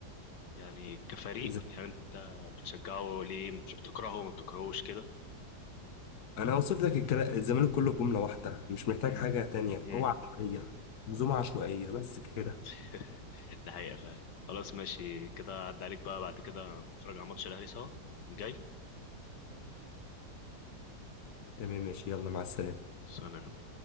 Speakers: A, on the left; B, on the left.
A: يعني كفريق
B: إذا-
A: يعني انت بتشجعه ليه مش بتكرهه ما بتكرهوش كده
B: انا وصلت لك الكلا- الزمالك كله جمله واحده مش محتاج
A: امم
B: حاجه تانية
A: امم
B: هو عشوائيه منظومه عشوائيه بس كده
A: <laughs> ده حقيقه فعلا خلاص ماشي كده عدى عليك بقى بعد كده نتفرج على ماتش الاهلي سوا جاي
B: تمام ماشي يلا مع السلامه
A: سلام